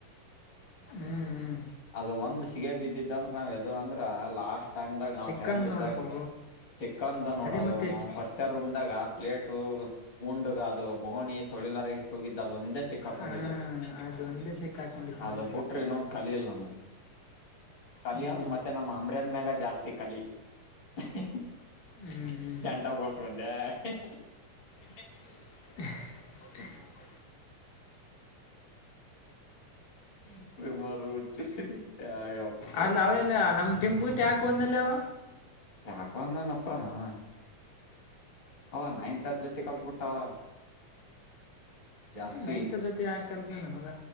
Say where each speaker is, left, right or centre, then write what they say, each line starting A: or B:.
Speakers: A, on the left; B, on the left.
A: ಹ್ಮ್ ಹ್ಮ್
B: ಅದು ಒಂದ್ ಸಿಗ ಬಿದ್ದಿದ್ದ ಅಂದ್ರೆ ನಾವ್ ಯದು ಅಂದ್ರ ಲಾಸ್ಟ್ ಟೈಮ್ದಾಗ ನಾವು
A: ಚಿಕನ್
B: ಟೆಂತ್ ಇದ್ದಾಗ
A: ನೋಡಪ್ಪೋ
B: ಚಿಕನ್ದ ನೋಡದು
A: ಅದೇ ಮತ್ತೆ ಚಿ
B: ಪರಿಷರ ರೂಮ್ದಾಗ ಪ್ಲೇಟು ಉಂಡಗ ಅದು ಬಗಣಿ ತೊಳಿಲಾರ ಇಟ್ಟೋಗಿದ್ದು ಅದೊಂದೇ ಸಿಕ್ಕಾಕೊಂಡಿದ್ದು
A: ಹಾಂ ಅದು ಒಂದೇ ಸೆಕ್ ಹಾಕ್ಕೊಂಡಿದ್ದೆ
B: ಅ
A: ನಾನು
B: ಬುಟ್ರೆ ಇನ್ನೊಂದು ಕಲಿಯಿಲ್ಲ ನಮ್ಮ <unintelligible>
A: ಹ್ಞೂ
B: <unintelligible> ಮತ್ತೆ ನಮ್ಮ ಅಂಬ್ರನ್ ಮ್ಯಾಗ ಜಾಸ್ತಿ ಕಲಿ <unintelligible>
A: ಹ್ಞೂ ಹ್ಞೂ <unintelligible>
B: <unintelligible> ಯಪ್ಪು
A: ಅಲ್ಲಿ ಅವೆಲ್ಲ ನಮ್ ಟಿಂಪು ಟ್ಯಾ ಕ ಒಂದಲ್ಲವ
B: ಯಾಕ ವಾಂದನಪ್ಪ <unintelligible> ಅವ ನೈನ್ತ <unintelligible> ಜೊತೆ ಕಲ್ತ್ಬಿಟ್ಟಾವ ಜಾಸ್ತಿ
A: ಅದೇ ನೈನ್ತ್ <unintelligible> ಮಗ